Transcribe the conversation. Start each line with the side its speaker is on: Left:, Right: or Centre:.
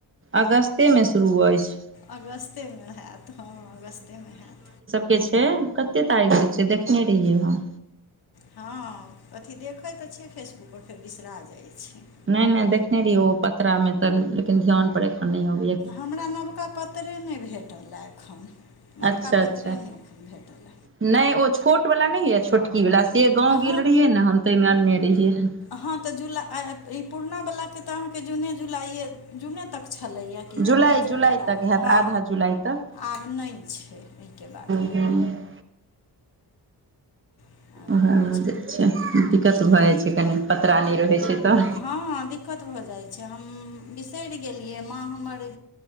Right: अगस्तेमे शुरू अछि
Left: अगस्तेमे हेत हँ अगस्तेमे हयत
Right: के छै कते तारीख के छै देखने रहियै हम
Left: हँ अथी देखैत तऽ छियै फेसबुकपर फेर बिसरा जाय छै
Right: नहि नहि देखने रहियै पतरा मे तऽ लेकिन ध्यान पर एखन नहि आबैय
Left: हमरा नबका पत्र्तरे नहि भेटल हय एखन नवका
Right: अच्छा अच्छा
Left: पत्रे नहि एखन भेटल
Right: नहि ओ छोट वला नहि य होए छोटकी वाला ए गाँव
Left: हँ
Right: गेल रहियै ने हम तेहिमे अनने रहियै
Left: हँ तऽ जुला ई पुरना वलाके तऽ अहाँके जूने जुलाइ जूने तक छलैएा की
Right: जुलाई
Left: अथी
Right: जुलाई
Left: तक
Right: हैत
Left: हँ
Right: आधा जुलाई तक
Left: आब नहि छै एहिके बाद
Right: <unintelligible>
Left: आब
Right: उएह
Left: नहि
Right: हो जाई छै दिक्कत भऽ जाइ छै कनि पतरा नहि रहै छै तऽ
Left: हँ दिक्कत भऽ जाइ छै हम बिसरि गेलियै माँ हमर